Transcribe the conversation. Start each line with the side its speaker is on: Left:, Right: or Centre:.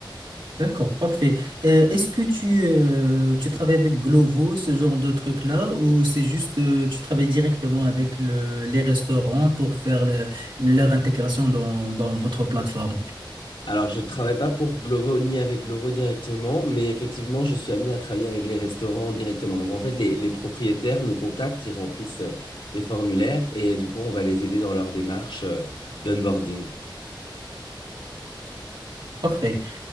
Right: D'accord, parfait. Euh, est-ce que tu, euh, tu travailles avec Glovo, ce genre de truc-là, ou c'est juste euh, tu travailles directement avec le- les restaurants pour faire le- leur intégration dans, dans votre plateforme?
Left: Alors, je ne travaille pas pour Glovo ni avec Glovo directement, mais effectivement, je suis amené à travailler avec les restaurants directement. Donc, en fait, les, les propriétaires nous contactent, ils remplissent euh, des formulaires et du coup, on va les aider dans leur démarche euh, d'onboarding.
Right: Parfait.